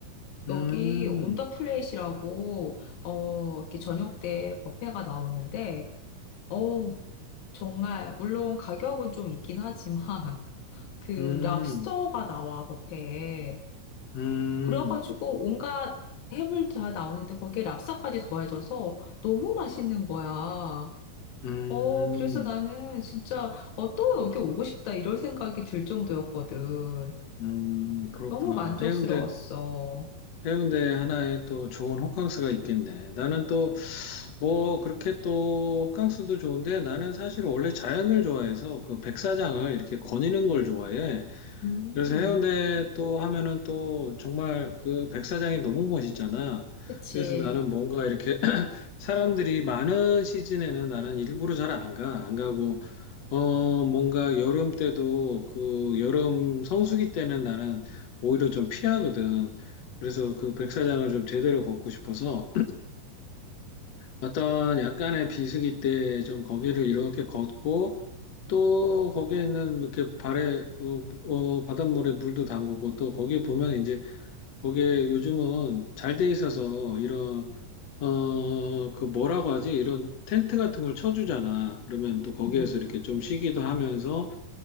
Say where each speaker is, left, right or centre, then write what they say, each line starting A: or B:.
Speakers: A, on the left (about 85°); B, on the left (about 55°).
A: 여기
B: 음,
A: 온더 플레이시라고, 어, 이렇게 저녁 때 뷔페가 나오는데, 어우, 정말, 물론 가격은 좀 있긴 하지만, <laughs> 그
B: 음,
A: 랍스터가 나와, 뷔페에.
B: 음,
A: 그래가지고 온갖 해물 다 나오는데 거기에 랍스터까지 더해져서 너무 맛있는 거야.
B: 음,
A: 어, 그래서 나는 진짜, 어, 또 여기 오고 싶다, 이런 생각이 들 정도였거든.
B: 음, 그렇구나.
A: 너무 만족스러웠어.
B: 해운대 해운대 하나에 또 좋은 호캉스가 있겠네. 나는 또, 뭐, 그렇게 또, 호캉스도 좋은데, 나는 사실 원래 자연을 좋아해서 그 백사장을 이렇게 거니는 걸 좋아해.
A: 음,
B: 그래서 해운대 또 하면은 또 정말 그 백사장이 너무 멋있잖아.
A: 그치.
B: 그래서 나는 뭔가 이렇게 <clears throat> 사람들이 많은 시즌에는 나는 일부러 잘 안 가. 안 가고, 어, 뭔가 여름 때도 그 여름 성수기 때는 나는 오히려 좀 피하거든. 그래서 그 백사장을 좀 제대로 걷고 싶어서 어떤 약간의 비수기 때 좀 거기를 이렇게 걷고 또 거기에 있는 이렇게 발에 어, 어, 바닷물에 물도 담그고 또 거기에 보면 이제 거기에 요즘은 잘 돼 있어서 이런 어, 그 뭐라고 하지? 이런 텐트 같은 걸 쳐주잖아. 그러면 또 거기에서
A: 음,
B: 이렇게 좀 쉬기도 하면서